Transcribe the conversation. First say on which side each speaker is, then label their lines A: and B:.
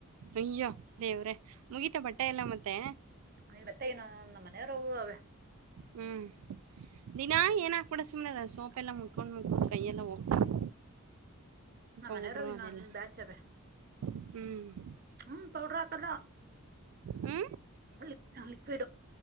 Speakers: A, on the right; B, on the right.
A: ಅಯ್ಯೋ ದೇವ್ರೆ ಮುಗೀತಾ ಬಟ್ಟೆ ಎಲ್ಲ ಮತ್ತೆ.
B: ನೀ ಮತ್ತೆ ಏನು ನಮ್ಮ ಮನೆರ್ವು ಅವೇ.
A: ಹ್ಮ್ ದಿನಾ ಏನ ಹಾಕ್ಬಿಡ ಸುಮ್ನೆ ಸೋಪೆಲ್ಲ ಮುಟ್ಕೊಂಡ್ ಮುಟ್ಕೊಂಡ್ ಕೈಯೆಲ್ಲ ಹೋಗ್ತವೆ.
B: ನಮ್ಮ
A: ಪೌಡ್ರು
B: ಮನೆರವು ಇನ್ನೊಂದ
A: ಅದೆಲ್ಲ
B: ಬ್ಯಾಚ್ ಅವೆ
A: ಹ್ಮ್
B: ಹ್ಮ ಪೌಡ್ರ ಹಾಕಲ್ಲ.
A: ಹ್ಮ
B: ಲಿ ಲಿಕ್ವಿಡು.